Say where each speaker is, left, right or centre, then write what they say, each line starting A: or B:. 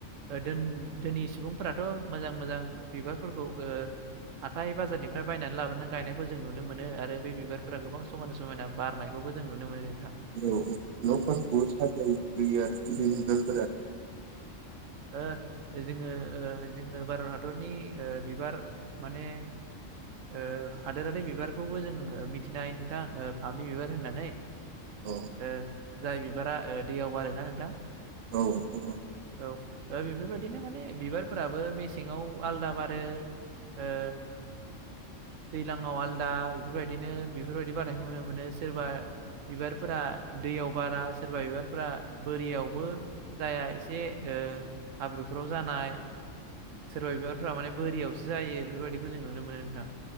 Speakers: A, on the right; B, on the right.
A: दोन-दोनि सुबुंफोराथ' मोजां मोजां बिबारफोरखौ हाथाय बाजारनिफ्राय बायनानै लाबोनानै गायनायखौ जों नुनो मोनो आरो बे बिबारफोरा गोबां समायना समायना बारनायखौ जों नुनो मोनो नों
B: <unintelligible>
A: ओ। जोङो ओ जोङो भारत हादरनि ओ बिबार माने ओ हादोरारि बिबारखौबो जों मिथिनो हायो नोंथां फामि बिबार होननानै।
B: औ
A: ओ जाय बिबारा ओ दैयाव बारोना नोंथां?
B: औ-औ।
A: औ ओ बेफोरबायदिनो माने बिबारफोराबो मेसेंआव आलदा बारो। ओ
B: <inaudible>
A: दैलज्लांआव आलदा बेफोरबायदिनो-बेफोरबायदि बारनायखौ नुनो मोनो सोरबा बिबारफोरा दैयाव बारा सोरबा बिबारफ्रा बोरियावबो जायाहा एसे ओ हाब्रुफ्राव जानाय सोरबा बिबारफ्रा माने बोरियावसो जायो बेफोरबायदिखौ जों नुनो मोनो नोंथां।